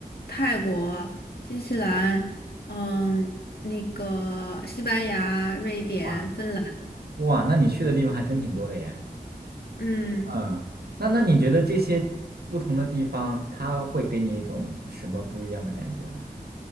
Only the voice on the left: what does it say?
泰国、新西兰，嗯、那个西班牙、瑞典、
芬兰，
嗯